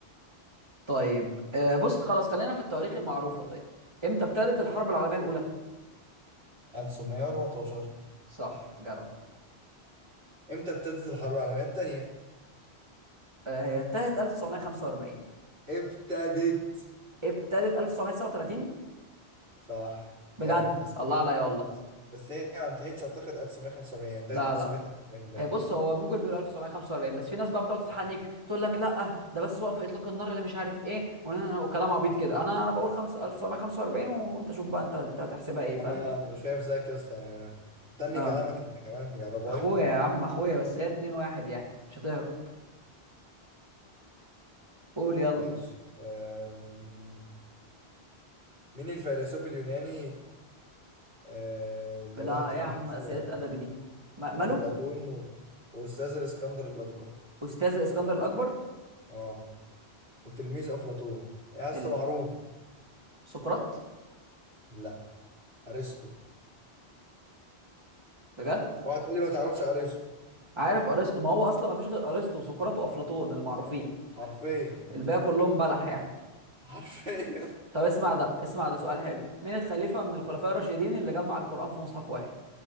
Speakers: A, on the right; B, on the right.
A: طيب أه بص خلاص خلينا في التواريخ المعروفة طيب امتى ابتدت الحرب العالمية الأولى؟
B: 1914
A: صح جدع
B: امتى ابتدت الحرب العالميه الثانيه
A: أه هي انتهت 1945
B: ابتدت
A: ابتدت 1939
B: صح
A: بجد
B: جامد بس
A: الله
B: هي ما-
A: عليا والله
B: بس هي ما انتهتش اعتقد 1905 هي انتهت
A: لا
B: 1942
A: لا
B: باين
A: هي بص هو جوجل بيقول 1945 بس في ناس بقى بتقعد تتحنك تقول لك لا ده بس وقف اطلاق النار اللي مش عارف ايه وأنا- وكلام عبيط كده انا انا بقول 5 1945 وانت شوف بقى انت انت هتحسبها ايه فاهم
B: انا مش شايف زيك يا اسطى يعني أنا هتني
A: اه
B: كلامك انت كمان يا رباي
A: اخويا يا عم اخويا بس هي 2 1 يعني مش هتهرب قول يلا
B: <laughs> ماشي أم... مين الفيلسوف اليوناني آه، اللي
A: فلا
B: هو تلميذ
A: إيه يا عم اسئله ادبي دي م- ماله
B: أفلاطون و... وأستاذ الإسكندر الأكبر
A: استاذ الاسكندر الاكبر
B: اه وتلميذ أفلاطون يا اسطى
A: ال-
B: معروف
A: سقراط
B: لا أرسطو
A: بجد
B: اوعى تقولي ما تعرفش أرسطو
A: عارف ارسطو ما هو اصلا ما فيش غير ارسطو وسقراط وافلاطون المعروفين
B: حرفيا
A: الباقي كلهم بلح يعني
B: <laughs> حرفيا
A: طب اسمع ده اسمع ده سؤال حلو مين الخليفة من الخلفاء الراشدين اللي جمع القرآن في مصحف واحد